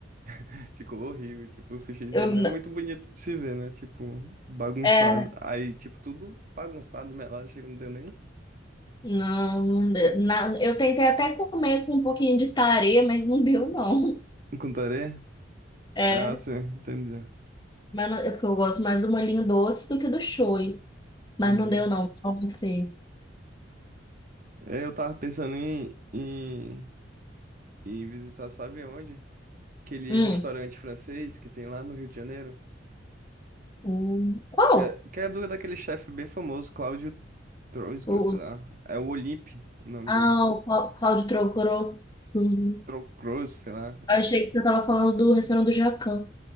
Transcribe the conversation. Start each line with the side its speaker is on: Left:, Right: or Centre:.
Right: <laughs> Ficou horrível, tipo, o sushi
Left: Eu,
Right: já
Left: n-
Right: não é muito bonito de se ver, né? Tipo, bagunçado.
Left: é,
Right: Aí, tipo, tudo bagunçado e melado, chega não deu nem.
Left: não, não deu. na, eu tentei até comer com um pouquinho de tarê, mas não deu, não.
Right: Um contaré?
Left: É,
Right: Ah, sim, entendi.
Left: mas não- é porque eu gosto mais do molhinho doce do que do show Mas
Right: Uhum.
Left: não deu, não. Qual vai ser?
Right: É, Eu tava pensando em, em, em visitar, sabe onde? Aquele
Left: Hum.
Right: restaurante francês que tem lá no Rio de Janeiro.
Left: Hum, Qual?
Right: Que é, que é do, daquele chefe bem famoso, Cláudio Troisgros,
Left: O,
Right: sei
Left: o-
Right: lá. É o Olympe, o nome
Left: ah,
Right: do
Left: o Clá- Cláudio Trocoró. uhum.
Right: Trocros, sei lá.
Left: Eu achei que você tava falando do restaurante do Jacan.